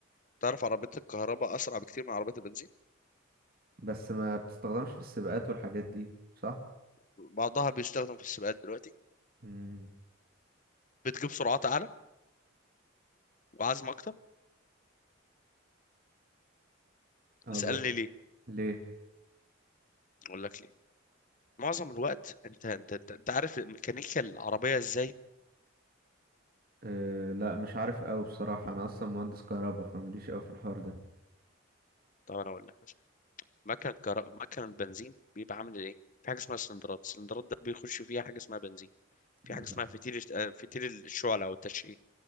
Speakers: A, on the left; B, on the right.
A: تعرف عربيات الكهرباء اسرع بكتير من عربيات البنزين
B: بس ما بتستخدمش في السباقات والحاجات دي صح
A: بعضها بيستخدم في السباقات دلوقتي
B: امم
A: بتجيب سرعات اعلى وعزم اكتر
B: ابو
A: اسالني ليه
B: ليه
A: اقول لك ليه معظم الوقت انت انت انت, انت عارف ميكانيكا العربيه ازاي
B: أه لا مش عارف قوي بصراحة انا اصلا مهندس كهرباء فماليش قوي في الحوار ده
A: طب انا اقول لك مكن كر... مكن بنزين بيبقى عامل ايه في حاجه اسمها سلندرات السلندرات ده بيخش فيها حاجه اسمها بنزين في
B: آه.
A: حاجه اسمها فتيل آه، فتيل الشعله او التشعيل